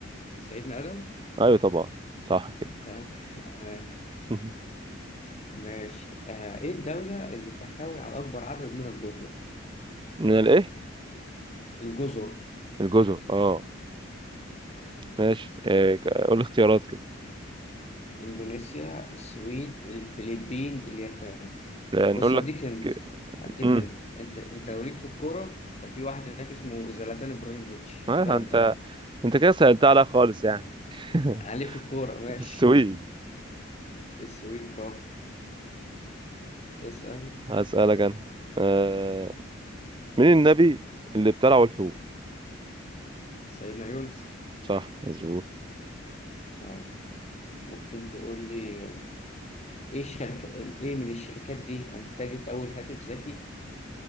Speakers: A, on the left; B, on the right.
A: سيدنا ادم
B: أيوة طبعا صح كده
A: طيب <laughs> تمام
B: <laughs>
A: ماشي آه ايه الدولة اللي بتحتوي على اكبر عدد من الجزر
B: من الإيه
A: الجزر
B: الجزر أه ماشي إيه، ك- قول اختيارات كده
A: إندونيسيا السويد الفلبين اليابان
B: لا،
A: بص
B: نقول
A: هديك
B: لك
A: أنت هديك
B: امم
A: أنت أنت أنت لو ليك في الكورة ففي واحد هناك اسمه زلاتان إبراهيموفيتش
B: آه،
A: البلد
B: أنت
A: بتاعته
B: أنت كده سألت عليها خالص يعني <laughs>
A: عليه في الكورة ماشي
B: السويد
A: السويد برافو اسأل
B: هسألك أنا أه مين النبي اللي ابتلعه الحوت
A: سيدنا يونس
B: صح مظبوط
A: اه ممكن تقول لي إيه الشركة إيه من الشركات دي أنتجت أول هاتف ذكي